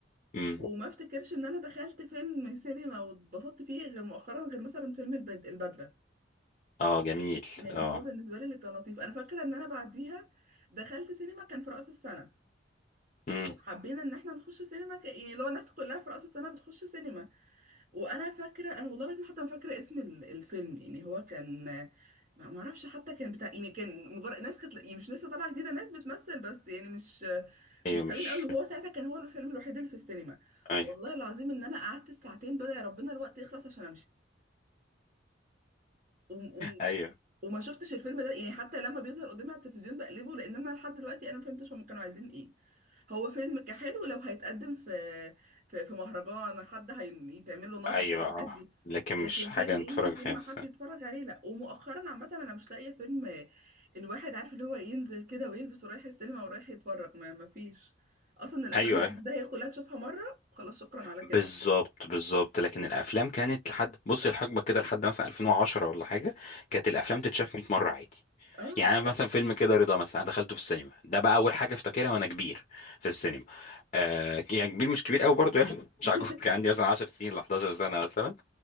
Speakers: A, on the left; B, on the right.
A: امم
B: وما افتكرش ان انا دخلت فيلم سينما واتبسطت فيه غير مؤخرا غير مثلا فيلم البد... البدلة
A: اه جميل
B: يعني
A: اه
B: هو بالنسبة لي اللي كان لطيف انا فاكرة ان انا بعديها دخلت سينما كان في رأس السنة
A: امم
B: وحبينا ان احنا نخش سينما ك... يعني لو الناس كلها في رأس السنة بتخش سينما وانا فاكره انا والله لازم حتى فاكره اسم ال- الفيلم يعني هو كان ما ما اعرفش حتى كان بتاع يعني كان مجرد ناس كانت يعني مش لسه طالعه جديده ناس بتمثل بس يعني مش
A: ايوه
B: مش
A: مش
B: حلوين قوي وهو ساعتها كان هو الفيلم الوحيد اللي في السينما
A: <laughs> ايوه
B: والله العظيم ان انا قعدت الساعتين بدأ يا ربنا الوقت يخلص عشان امشي
A: ايوه
B: وما شفتش الفيلم ده يعني حتى لما بيظهر قدامي على التلفزيون بقلبه لان انا لحد دلوقتي انا ما فهمتش هم كانوا عايزين ايه هو فيلم كحلو لو هيتقدم في في, في مهرجان حد هيتعمل له نقد
A: ايوه
B: الحاجات
A: اه
B: دي
A: لكن
B: لكن
A: مش حاجه
B: فيلم
A: نتفرج
B: ينزل سينما
A: فيها في
B: حد
A: السينما
B: يتفرج عليه لا ومؤخرا عامه انا مش لاقيه فيلم الواحد عارف اللي هو ينزل كده ويلبس ورايح السينما ورايح يتفرج ما ما فيش اصلا الافلام
A: ايوه
B: الجديده
A: ايوه
B: هي كلها تشوفها مره خلاص شكرا على
A: بالظبط
B: كده
A: بالظبط لكن الافلام كانت لحد بصي الحقبه كده لحد مثلا 2010 ولا حاجه كانت الافلام تتشاف 100 مره عادي
B: اه
A: يعني أنا مثلا فيلم كده رضا مثلا انا دخلته في السينما ده بقى اول حاجه افتكرها وانا كبير في السينما آه يعني كبير مش كبير قوي برضه يعني <laughs> مش
B: <laughs>
A: عجوز كان عندي مثلا 10 سنين ل 11 سنه مثلا